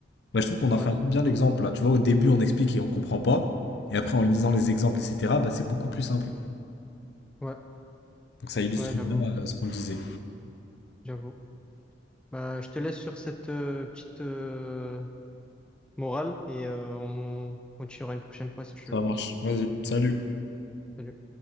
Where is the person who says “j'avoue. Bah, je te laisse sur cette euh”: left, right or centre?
Centre